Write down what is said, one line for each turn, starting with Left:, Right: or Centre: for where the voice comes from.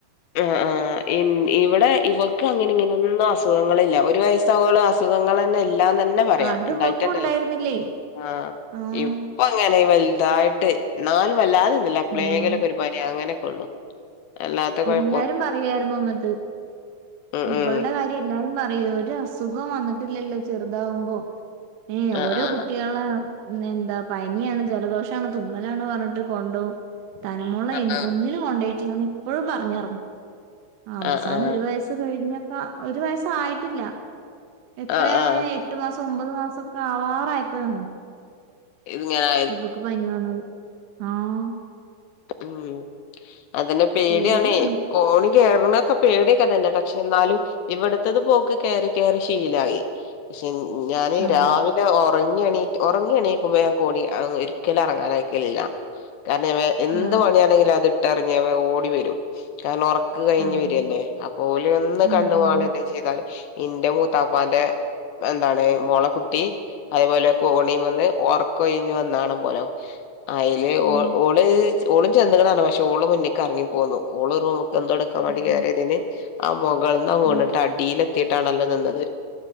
Left: ആഹ് ആഹ് ഇൻ ഇവടെ ഇവക്ക് അങ്ങനെ ഇങ്ങനെ ഒന്നും അസു തുവങ്ങളില്ല ഒര് വയസ്സാവോളം അസുഖങ്ങളെന്നെ ഇല്ലാന്നെ പറയാം
Right: അത്
Left: ഇണ്ടായിട്ടെന്നെല്ല
Right: ഇവക്കും ഉണ്ടായിരുന്നില്ലേ
Left: വി ആഹ്
Right: ആഹ്
Left: ഉം ഇപ്പ അങ്ങനെ വെൽതായിട്ട് ഇന്നാലും വെല്ലാതെന്നുല്ല എപ്ളേങ്കിലൊക്കെ
Right: ആഹ്
Left: ഒരു പനി അങ്ങനെക്കാെള്ളു അല്ലാത്ത കൊയ
Right: എല്ലാരും പറയായ്ര്ന്നു ഇന്ന്ട്ട്
Left: ഉം
Right: ഇവൾടെ
Left: ഉം
Right: കാര്യ എല്ലാരും പറയും ഒര്അസുഖും വന്ന്ട്ടില്ലല്ലോ ചെറ്താവുമ്പാെ ഏഹ്
Left: ആഹ്
Right: ഓരോ കുട്ടികളേ ഉം എന്താ പനിയാണ് ജലദോഷാണ് തുമ്മലാണ് പർണ് ട്ട് കൊണ്ടാെവും തനുമോളേം
Left: ആഹ് ആഹ്
Right: ഒന്നിലും കൊണ്ടോയ്ട്ടില്ലന്ന് എപ്പഴും പറഞ്ഞേർന്നു അവസാനം
Left: ആഹ് ആഹ് ആഹ്
Right: ഒരു വയസ്സ് കഴിഞ്ഞക്ക ഒരു വയസ്സായിട്ടില്ല എത്രയാ
Left: ആഹ് ആഹ്
Right: എ ട്ട്മാസം ഒമ്പത് മാസൊക്കെ ആവാറായപ്പഴാണ്
Left: ഇത്ങ്ങനെ
Right: ഇവക്ക് പനി വന്നത് ആഹ്
Left: ഉം അതെന്നെ പേടിയാണേ
Right: പേടിയാണ്
Left: കോണി കേറ്ണത്ക്കെ പേടിയെക്കെ തന്നെ പക്ഷെ എന്നാലും ഇവടത്തത് ഇപ്പൊ ഓക്ക് കേറി കേറി ശീലായി പക്ഷെ ഞാന്
Right: ആ
Left: രാവിലെ ഒറങ്ങിയെണീ ഒർങ്ങി എണീക്കുമ്പോ ഞാൻ കോണി ഒരിക്കലും എർങ്ങാനയക്കലില്ല കാരണം വേ എന്ത്
Right: ആ
Left: പണ്യാണേങ്കിലും അത് ഇട്ടറിഞ്ഞ് അവ ഓടി വരും കാരണം ഒർ ക്ക് കയ്ഞ്
Right: ആ
Left: വരല്ലേ അപ്പൊ ഓല് ഒന്ന്
Right: ആഹ്
Left: കണ്ണ്
Right: ആഹ്
Left: മാളി എന്തേലും ചെയ്താല് ഇന്റെ മൂത്താപ്പാന്റെ എന്താണ് മോളെക്കുട്ടി അയേപോലെ കോണിമന്ന് ഒർക്കൊഴിഞ് വന്നാണ് പോലൊ അയ്ല്
Right: ആഹ് ആഹ്
Left: ഓള് ഓളും ചെന്ന്ക്ണലോ പക്ഷെഓള് മുന്ന്ക്ക് എർങ്ങി പോന്നു ഓള് റൂമ്ക്കെന്തോട്ക്ക എട്ക്കാൻ വേണ്ടി കയറിയതിന്
Right: ആഹ്
Left: ആ മുകളൾന്ന് ആ
Right: ഉം
Left: വീണിട്ട്
Right: ആഹ്
Left: അടിലെത്തിയിട്ടാണല്ലോ നിന്നത്.